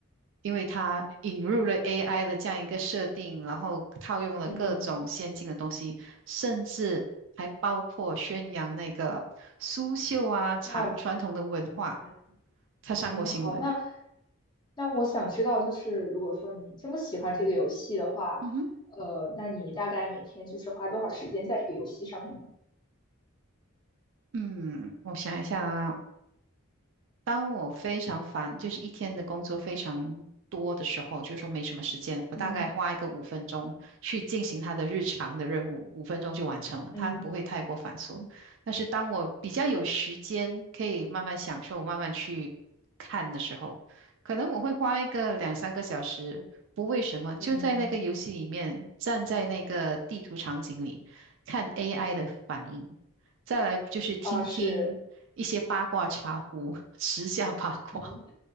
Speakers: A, on the right; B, on the left.
A: 因为它引入了 AI 的这样一个设定，然后套用了各种先进的东西，
B: 嗯，
A: 甚至还包括宣扬那个苏绣啊、传传统的文化，
B: 那嗯
A: 它上过新闻。
B: 嗯好，那那我想知道，就是如果说你这么喜欢这个游戏的话，
A: 嗯哼，
B: 呃，那你大概每天就是花多少时间在这个游戏上面呢？
A: 嗯，我想一下啊，当我非常烦，就是一天的工作非常多的时候，就是说没什么时间，我大概花一个五分钟去进行他的日常的任务，
B: 嗯
A: 五分钟就完成了，
B: 嗯
A: 它不会太过繁琐。
B: 嗯
A: 但是当我比较有时间，可以慢慢享受、慢慢去看的时候，可能我会花一个两三个小时，不为什么，就在那个游戏里面，
B: 嗯，
A: 站在那个地图场景里看 AI 的反应。再来就是听听一些八卦茶壶，
B: 啊是，
A: 时下八卦。
B: 嗯。